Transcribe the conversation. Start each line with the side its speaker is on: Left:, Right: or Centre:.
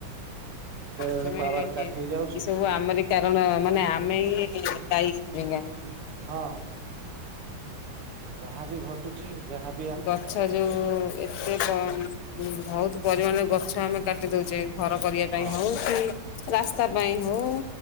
Right: ବେଳେ
Left: ତମେ
Right: ପାୱାର
Left: ଇଏ
Right: କାଟ ହେଇଯାଉଛି
Left: ସବୁ ଆମରି କାରଣ ମାନେ ଆମେ ହିଁ ଦାୟୀ ଏଇ ଖାଁ।
Right: ହଁ। ଯାହା ବି ଘଟୁଛି ଯାହା
Left: ଗଛ ଯୋଉ ଏତେ କମ୍ ବହୁତ ପରିମାଣରେ ଗଛ ଆମେ କାଟି ଦଉଛେ। ଘର କରିବା
Right: ହଁ
Left: ପାଇଁ ହଉ କି ରାସ୍ତା ପାଇଁ ହଉ